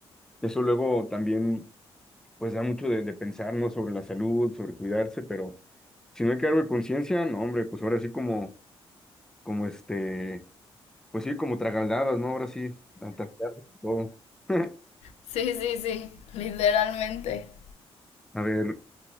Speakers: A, in the centre; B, on the left.
A: eso luego también, pues da mucho de, de pensar, ¿no? Sobre la salud, sobre cuidarse, pero si no hay cargo de conciencia, no, hombre, pues ahora sí como, como este, pues sí, como tragaldadas, ¿no? Ahora sí, a tratar todo. <laughs>
B: Sí, sí, sí. Literalmente.
A: A ver,